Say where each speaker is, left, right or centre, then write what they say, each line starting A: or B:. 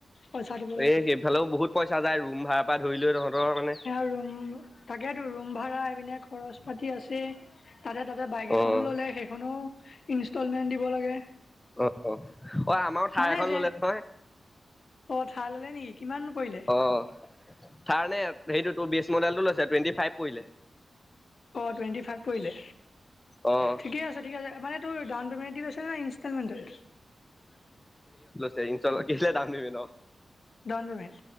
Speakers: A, on the left (about 65°); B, on the left (about 15°).
A: পইচা দিব লাগে।
B: এই সেইফালেও বহুত পইচা যাই ৰুম ভাড়া পা ধৰি লৈ। তহঁতৰ মানে
A: ৰুম তাকেতো ৰুম ভাড়া আহ পিনে খৰচ পাতি আছে তাতে তাতে বাইক
B: অ',
A: এখনো ললে সেইখনও ইনষ্টলমেন্ট দিব লাগে।
B: অ অ অ আমাৰো ঠাৰ
A: মানে
B: এখন
A: যে
B: ল'লে নহয়।
A: অ থাৰ ল'লে নেকি কিমাননো পৰিলে?
B: অ'। থাৰ নে সেইটো তোৰ বেষ্ট মডেলটো লৈছে টুৱেণ্টি ফাইভ পৰিলে
A: অ টুৱেন্টি ফাইভ পৰিলে
B: অ'।
A: ঠিকেই আছে ঠিকেই আছে মানে তোৰ ডাউন পেমেণ্ট কেচ দি লেছে নে ইনষ্টমেণ্টট <unintelligible>
B: যে ইনষ্টল কি আছিলে দাওন প্ৰেমেন্ট অ
A: ডউন পেমেট